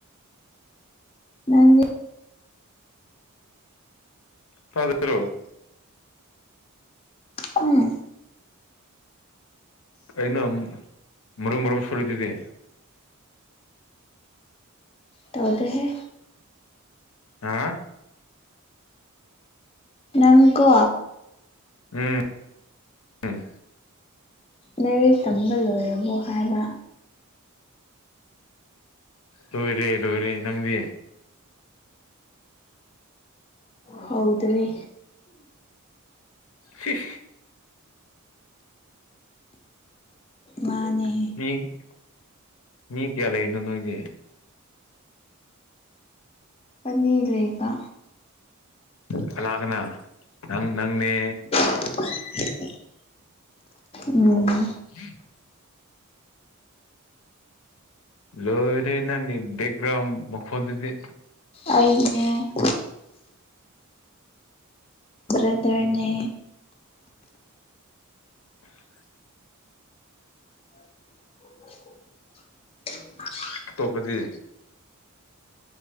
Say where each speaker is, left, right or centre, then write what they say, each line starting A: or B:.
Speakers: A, on the left; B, on the left.
A: ꯅꯪꯗꯤ
B: <unintelligible>
A: ꯍꯨꯝ
B: ꯀꯩꯅꯣ ꯃꯔꯨꯝ ꯃꯔꯨꯝ ꯁꯨꯔꯤꯗꯨꯗꯤ
A: ꯇꯧꯗꯦꯍꯦ꯫
B: ꯍꯥ
A: ꯅꯪꯀꯣ
B: ꯎꯝ ꯎꯝ
A: ꯂꯩꯔꯤꯛ ꯇꯝꯕ ꯂꯣꯏꯔꯕꯣ ꯍꯥꯏꯕ
B: ꯂꯣꯏꯔꯦ ꯂꯣꯏꯔꯦ ꯅꯪꯗꯤ
A: ꯍꯧꯗꯔꯤ
B: ꯐꯤ
A: ꯃꯥꯅꯦꯍꯦ
B: ꯃꯤ ꯃꯤ ꯀꯌꯥ ꯂꯩꯔꯤꯅꯣ ꯅꯣꯏ ꯃꯤ
A: ꯑꯅꯤ ꯂꯩꯕ
B: ꯀꯥꯅꯥ ꯀꯥꯅꯥ ꯅꯪ ꯅꯪꯅꯦ
A: <unintelligible> ꯎꯝ
B: <unintelligible> ꯂꯣꯏꯔꯦ ꯅꯪ ꯕ‌ꯦꯛꯒ꯭ꯔꯥꯎ ꯃꯈꯣꯟꯗꯨꯗ
A: ꯑꯩꯅꯦ ꯕ꯭ꯔꯗꯔꯅꯦ
B: <inaudible>
A: <unintelligible>
B: ꯑꯇꯣꯞꯄꯗꯤ